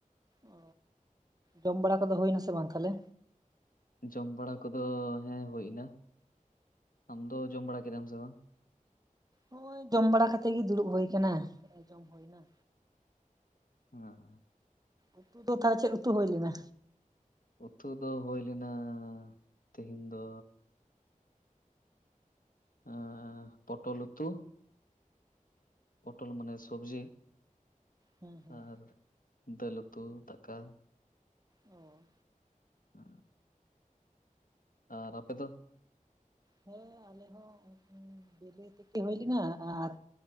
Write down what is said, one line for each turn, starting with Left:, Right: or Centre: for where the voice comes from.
Right: ᱚ ᱡᱚᱢ ᱵᱟᱲᱟ ᱠᱚᱫᱚ ᱦᱩᱭ ᱱᱟᱥᱮ ᱵᱟᱝ ᱛᱟᱦᱞᱮ
Left: ᱡᱚᱢ ᱵᱟᱲᱟ ᱠᱚᱫᱚ ᱦᱮᱸ ᱦᱩᱭ ᱮᱱᱟ ᱟᱢ ᱫᱚ ᱡᱚᱢ ᱵᱟᱲᱟ ᱠᱮᱫᱟᱢ ᱥᱮ ᱵᱟᱝ
Right: ᱱᱚᱳᱭ ᱡᱚᱢ ᱵᱟᱲᱟ ᱠᱟᱛᱮᱜ ᱜᱮ ᱫᱩᱲᱩᱵ ᱦᱩᱭᱩ ᱟᱠᱟᱱᱟ ᱱᱮ ᱡᱚᱢ ᱦᱚᱭᱱᱟ
Left: ᱦᱚᱸ
Right: ᱩᱛᱩ ᱫᱚ ᱛᱷᱟ ᱪᱮᱫ ᱩᱛᱩ ᱦᱩᱭ ᱞᱮᱱᱟ
Left: ᱩᱛᱩ ᱫᱚ ᱦᱩᱭ ᱞᱮᱱᱟ ᱛᱮᱦᱤᱧ ᱫᱚ ᱟ ᱯᱚᱴᱚᱞ ᱩᱛᱩ ᱯᱚᱴᱚᱞ ᱢᱟᱱᱮ ᱥᱚᱵᱡᱤ
Right: ᱦᱮᱸ ᱦᱮᱸ
Left: ᱟᱨ ᱫᱟᱹᱞ ᱩᱛᱩ ᱫᱟᱠᱟ᱾
Right: ᱚ
Left: ᱦ ᱟᱨ ᱟᱯᱮ ᱫᱚ
Right: ᱦᱮᱸ ᱟᱞᱮ ᱦᱚᱸ ᱵᱤᱞᱤ ᱛᱤᱠᱤ ᱦᱩᱭᱞᱤᱱᱟ ᱟᱨ